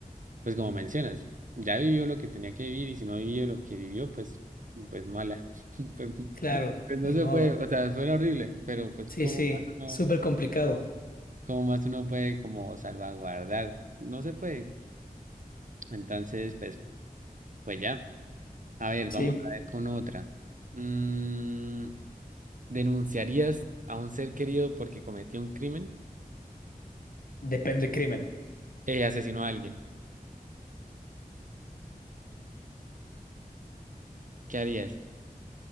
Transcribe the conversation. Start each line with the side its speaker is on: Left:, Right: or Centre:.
Right: pues como mencionas, ya vivió lo que tenía que vivir y si no vivió lo que vivió, pues, pues mala. <laughs> Pues,
Left: Claro,
Right: pues no
Left: ni modo.
Right: se puede, o sea, suena horrible, pero pues
Left: Sí,
Right: cómo
Left: sí,
Right: más uno,
Left: súper complicado.
Right: cómo más uno puede como salvaguardar, no se puede. Entonces, pues, pues ya. A ver,
Left: Sí,
Right: vamos a ver con otra. Mm, ¿denunciarías a un ser querido porque cometió un crimen?
Left: depende del crimen.
Right: Eh, asesinó a alguien. ¿Qué harías?